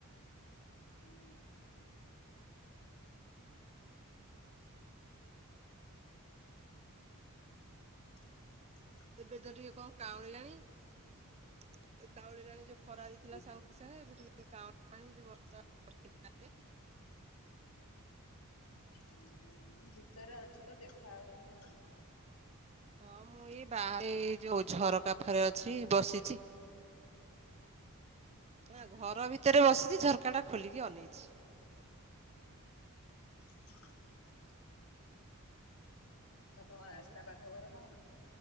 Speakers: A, on the left; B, on the right.
A: ହୁଁ <inaudible>
B: ଏବେ ତ ଟିକେ କଣ କାଉଁଳିଲାଣି କାଉଁଳିଲାଣି ଯୋଉ ଖରା ଦେଇଥିଲା
A: ଭି
B: ସାଙ୍ଗେ ସାଙ୍ଗେ ଏବେ ଟିକେ ଟ କ <unintelligible> ଯଦି ବର୍ଷା ବଷପାରେ
A: ହୁଁ ହୁଁ ଭିତରେ ଅଛି ତ ଦେଖା ହଉନି ଆଉ
B: ହଁ ମୁଁ ଏଇ ବାହାରେ ଏଇ ଯୋଉ ଝର ପାଖରେ ଅଛି ବସିଚି। ନା
A: ଆଚ୍ଛା
B: ଘର ଭିତରେ ବସିଛି ଝର ଝରକା ଟା ଖୋଲିକି ଅନେଇଛି।
A: <inaudible> ତମର କଣ ରାସ୍ତା
B: ଆଉ
A: ପାଖ ଘର ନା କଣ?